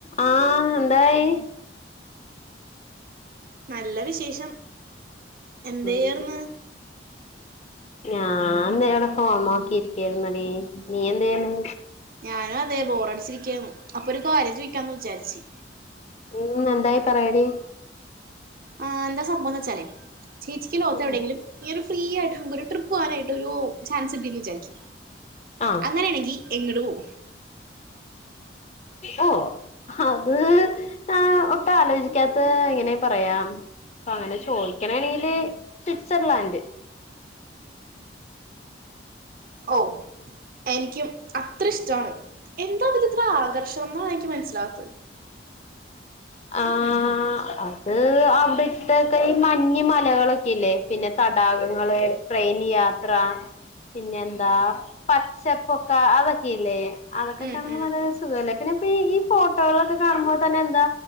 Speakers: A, on the left; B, on the right.
A: ആ എന്തായി?
B: നല്ല വിശേഷം എന്തെയ്യാർന്ന്?
A: ഉം ഞാൻതെ യിവിടെ ഫോൺ നോക്കിരിക്ക്യാർന്നു ടീ നീ എന്തയുന്നു?
B: ഞാനും അതെ ബോറടിച്ചിരികാന്നു അപ്പൊ ഒരു കാര്യം ചോദിക്കാന്ന് വിചാരിച്ചു.
A: ഉം എന്തായി പറയെടി.
B: ആ എന്താ സംഭവംന്ന് വെച്ചാലേയ് ചേച്ചിക് ലോകത്
A: ഉം
B: എവിടെയങ്കിലും ഇങ്ങനെ ഒരു ഫ്രീ ആയിട്ട് നു ഒരു ട്രിപ്പ് പോകാനായിട്ട് ഒരു ചാൻസ് കിട്ടിന്ന് വിചാരിക്
A: ആഹ്
B: അങ്ങനെയാണെങ്കിൽ എങ്ങട് പോവും?
A: ഓ അത് ആ ഒട്ടും ആലോചിക്കാത്ത എങ്ങനെ പറയാം അപ്പങ്ങനെ ചോദിക്കണാ ണെങ്കില് സ്വിറ്റ്സർലാന്റ്.
B: ഓ എനിക്ക്യും.. അത്ര ഇഷ്ട്ടാണ് എന്താപ്പോ ഇതിത്ര ആകർഷണം ന്നാണ് ഇൻക്ക് മനസ്സിലാവാത്തത്.
A: ആഹ് അ അത് അവിടത്തെ ഈ മഞ്ഞ മലകളൊക്കെ ഇല്ലേ പിന്നെ തടാകങ്ങള് ട്രെയിൻ യാത്ര പിന്നെന്താ പച്ചപ്പൊക്ക അതൊക്കെ ഇല്ലേ? അതൊക്കെ
B: ഉം
A: കാണുമ്പോ
B: ഉം
A: നല്ലൊരു സുഖല്ലേ പിന്നെ ഇപ്പോ ഈ ഫോട്ടോകളൊക്കെ കാണുമ്പോൾ തെന്നെ എന്താ